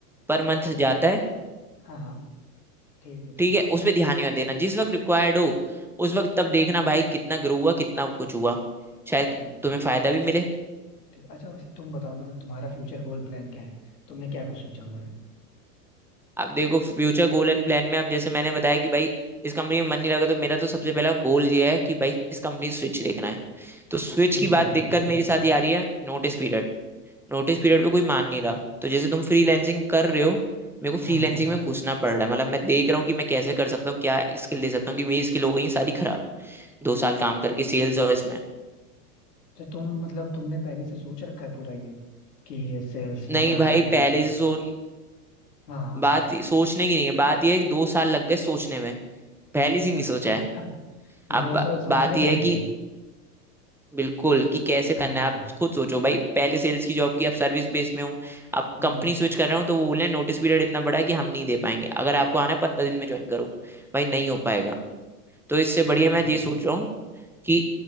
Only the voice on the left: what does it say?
अरे मतलब
तुम
हाँ हाँ ठीक है ठीक
है
ठीक है
ठीक अच्छा वैसे तुम बताओ मतलब तुम्हारा फ्यूचर गोल प्लान क्या है तुमने क्या कुछ सोचा हुआ है
स्विच
मारना
है ठीक
है
हाँ
हाँ
तो तुम मतलब तुमने पहले से सोच रखा है पूरा ये कि सेल्स में
क्या करना
है, क्या
नहीं
हाँ हाँ
अच्छा
<laughs>
दो
साल सोचने
में लग
गए
हाँ
हाँ
अच्छा